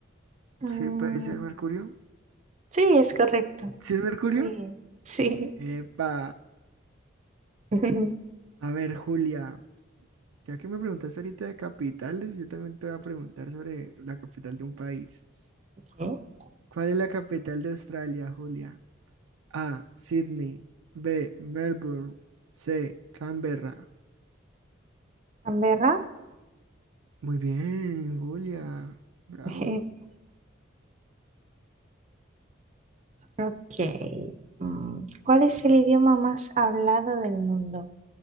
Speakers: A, on the right; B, on the right.
A: Mm,
B: Sí, puede ser Mercurio.
A: sí, es correcto.
B: ¿Sí es Mercurio?
A: Muy bien. Sí.
B: Epa.
A: <laughs>
B: A ver, Julia, ya que me preguntaste ahorita de capitales, yo también te voy a preguntar sobre la capital de un país.
A: Ok.
B: ¿Cuál es la capital de Australia, Julia? A. Sydney. B. Melbourne. C. Canberra.
A: Canberra.
B: Muy bien, Julia. Bravo.
A: <laughs> Ok. Mm, ¿Cuál es el idioma más hablado del mundo?